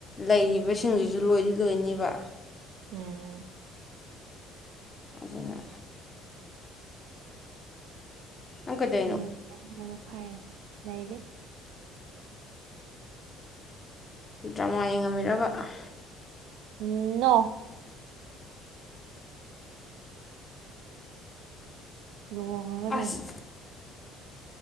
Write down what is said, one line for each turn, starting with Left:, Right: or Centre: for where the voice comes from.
Left: ꯂꯩꯔꯤꯕꯁꯤꯡꯗꯨꯁꯨ ꯂꯣꯏꯗꯤ ꯂꯣꯏꯅꯤꯕ
Right: ꯎꯝ
Left: ꯑꯗꯨꯅ ꯅꯪ ꯀꯩꯗꯧꯔꯤꯅꯣ
Right: ꯎꯝ <unintelligible> ꯐꯥꯏꯑꯦ ꯂꯩꯔꯤ
Left: ꯗ꯭ꯔꯃꯥ ꯌꯦꯡꯉꯝꯃꯤ ꯂꯩꯕꯥꯛ <unintelligible>
Right: ꯎꯝ ꯅꯣ ꯂꯨꯍꯣꯡꯉꯒ
Left: ꯑꯁ
Right: ꯂꯩ